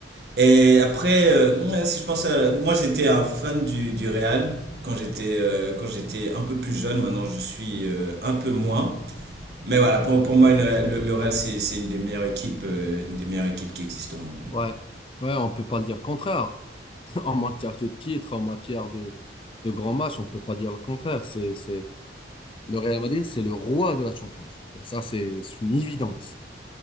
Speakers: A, on the right (about 60°); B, on the left (about 30°).
A: et, et après, euh, ouais, si je pense à, moi j'étais un fan du, du Real quand j'étais euh, quand j'étais un peu plus jeune. Maintenant je suis euh, un peu moins. Mais voilà, pour, pour moi une Real- le, le Real c'est c'est une des meilleures équipes euh, une des meilleures équipes qui existent au monde. ouais.
B: ouais, ouais, on peut pas le dire contraire. en matière de titre, en matière de, de grands matchs, on ne peut pas dire le contraire. C'est, c'est... Le Real Madrid, c'est le roi de la Champions League. Ça, c'est une évidence.